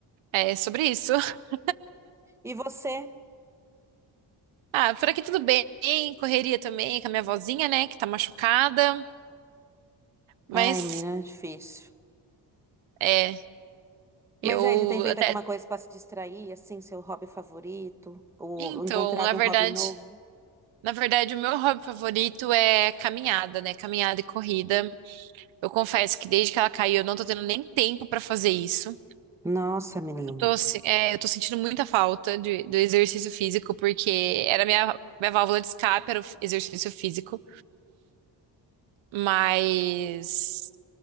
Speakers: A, on the right (about 75°); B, in the centre.
A: É sobre isso. <laughs>
B: E você?
A: Ah, por aqui tudo bem. Correria também com a minha vozinha, né, que tá machucada. Mas
B: Ai, menina, é difícil.
A: é, eu
B: Mas aí, você tem feito
A: até.
B: alguma coisa pra se distrair, assim, seu hobby favorito? Ou
A: Então,
B: encontrado
A: na verdade,
B: um hobby novo?
A: na verdade, o meu hobby favorito é caminhada, né? Caminhada e corrida. Eu confesso que desde que ela caiu, eu não tô tendo nem tempo pra fazer isso.
B: Nossa, menina.
A: Eu tô, se- é, eu tô sentindo muita falta de- do exercício físico, porque era minha, minha válvula de escape, era o f- exercício físico. Mas.